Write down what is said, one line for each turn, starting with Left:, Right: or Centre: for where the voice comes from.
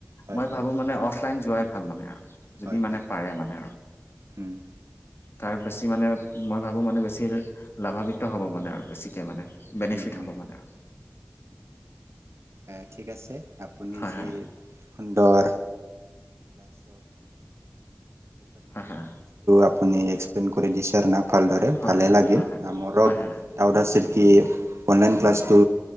Right: হয়
Left: মই
Right: হয়
Left: ভাবো মানে অফলাইন যোৱাই ভাল মানে। যদি
Right: হয়
Left: মানে
Right: হয়
Left: পাৰে মানে।
Right: উম
Left: তাৰ বেছি মানে মই ভাবোঁ মানে বেছি লাভান্বিত হ'ব মানে আৰু বেছিকৈ মানে। বেনিফিট
Right: উম উম
Left: হব মানে।
Right: এ' ঠিক আছে আপুনি
Left: হয়
Right: যি সুন্দ <inaudible>
Left: হয় হয়
Right: আপুনি এক্সপ্লেইন কৰি দিছাৰ না ভালদৰে
Left: হয়
Right: ভালেই লাগিল
Left: হয় হয় হয়
Right: মোৰো
Left: হয় হয় হয় হয় হয় হয় হয়
Right: ডাউট আছিল কি অনলাইন ক্লাছটো